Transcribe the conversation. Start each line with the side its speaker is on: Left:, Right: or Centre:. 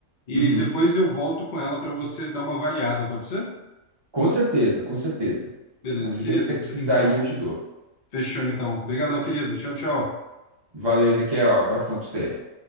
Left: e
Right: Uhum.
Left: depois eu volto com ela para você dar uma avaliada, pode ser?
Right: Com certeza, com certeza.
Left: Beleza,
Right: A ajuda
Left: querido.
Right: que você precisar
Left: Então,
Right: aí eu te dou.
Left: fechou então. Obrigadão, querido. Tchau, tchau.
Right: Valeu, Ezequiel. Abração pra você.